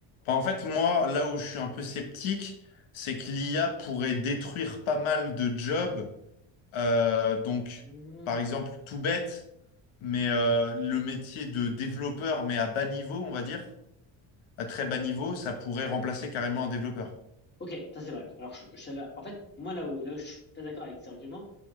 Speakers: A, on the left; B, on the left.
A: Enfin, en fait, moi, là où je suis un peu sceptique, c'est que l'IA pourrait détruire pas mal de jobs. Euh, donc,
B: Hmm,
A: par exemple, tout bête, mais euh, le métier de développeur, mais à bas niveau, on va dire, à très bas niveau, ça pourrait
B: ouais.
A: remplacer carrément un développeur.
B: Ok, ça c'est vrai. Alors, je, je savais- en fait, moi, là où, là où je suis pas d'accord avec cet argument,